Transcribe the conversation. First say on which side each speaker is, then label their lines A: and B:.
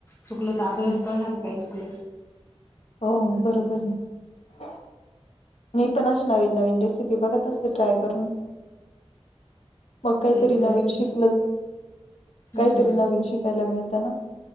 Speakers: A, on the left; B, on the left.
A: चुकलं त आपल्यालाच
B: हम्म.
A: कळणार आहे काय चुकलं.
B: हो बरोबर आहे. मी पण अशे नवीन नवीन रेसिपी बघत असते ट्राय करून. मग
A: करायची
B: काहीतरी
A: करायची
B: नवीन शिकलं
A: हम्म.
B: काहीतरी नवीन शिकायला मिळत ना.